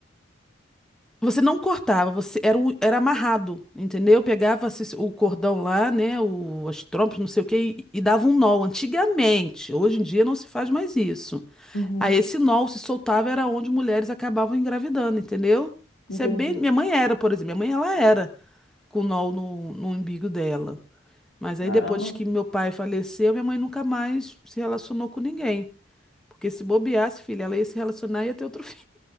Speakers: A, in the centre; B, on the left (about 85°).
A: Você não cortava, você era, um- era amarrado, entendeu? Pegava esse- o cordão lá, né? O, as trompas, não sei o quê, e, e dava um nó. Antigamente, hoje em dia não se faz mais isso.
B: Uhum,
A: Aí esse nó se soltava era onde mulheres acabavam engravidando, entendeu?
B: entendi.
A: Isso é bem. Minha mãe era, por exemplo. Minha mãe ela era com nó no, no umbigo dela. Mas aí
B: Caramba.
A: depois que meu pai faleceu, minha mãe nunca mais se relacionou com ninguém. Porque se bobeasse, filha, ela ia se relacionar e ia ter outro